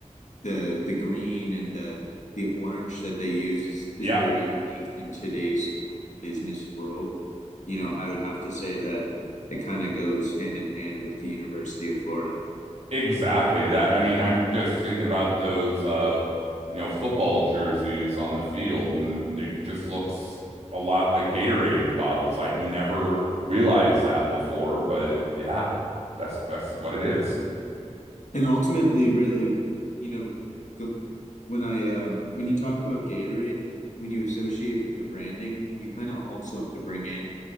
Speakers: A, on the left (about 75°); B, on the right (about 55°).
A: the the green and the the orange that they use is is
B: Yep.
A: very unique in today's business world. You know, I would have to say that it kind of goes hand in hand with the University of Florida.
B: Exactly. That, I mean, I'm just thinking about those uh, you know, football jerseys on the field and it just looks a lot like Gatorade bottles. I'd never realized that before, but yeah, that's that's what it is.
A: And ultimately, really, you know, go, when I um when you talk about Gatorade, when you associate with the branding, you kind of also have to bring in